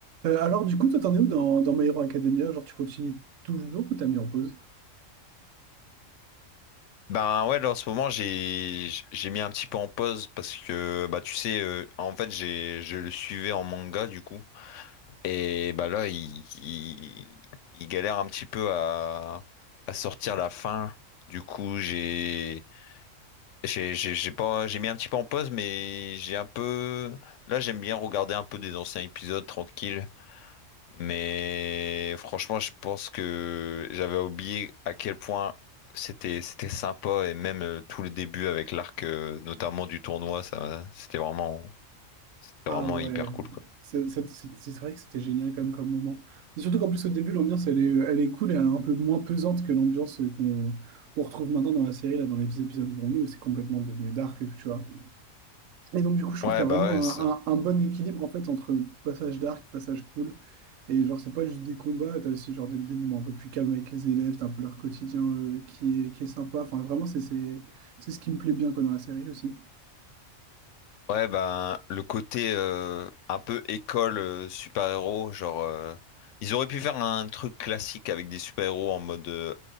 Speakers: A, on the right; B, on the left.
A: Euh, alors, du coup, toi, t'en es où dans, dans My Hero Academia? Genre, tu continues toujours ou t'as mis en pause?
B: Ben ouais, là en ce moment j'ai j'ai mis un petit peu en pause parce que bah tu sais euh, en fait j'ai je le suivais en manga du coup et bah là il, il il galère un petit peu à à sortir la fin du coup j'ai j'ai j'ai j'ai pas j'ai mis un petit peu en pause mais j'ai un peu là j'aime bien regarder un peu des anciens épisodes tranquille mais franchement, je pense que j'avais oublié à quel point c'était c'était sympa et même euh, tout le début avec l'arc euh, notamment du tournoi, ça c'était vraiment c'était
A: Ah
B: vraiment
A: ouais,
B: hyper cool quoi.
A: c'est c'est- c'est- c'est vrai que c'était génial quand même comme moment. Mais surtout qu'en plus, au début, l'ambiance, elle est, elle est cool et elle est un peu moins pesante que l'ambiance qu'on qu'on retrouve maintenant dans la série, là, dans les épisodes où on est, où c'est complètement devenu dark, tu vois. Et donc, du coup, je trouve
B: Ouais
A: qu'il y a
B: bah
A: vraiment
B: ouais c'est
A: un,
B: ça.
A: un- un bon équilibre en fait entre passage dark, passage cool. Et genre, c'est pas juste des combats, t'as aussi genre des, des moments un peu plus calmes avec les élèves, t'as un peu leur quotidien euh, qui est, qui est sympa. Enfin, vraiment, c'est c'est- c'est ce qui me plaît bien quoi, dans la série aussi.
B: Ouais bah le côté euh, un peu école euh, super-héros genre euh, ils auraient pu faire un truc classique avec des super-héros en mode euh,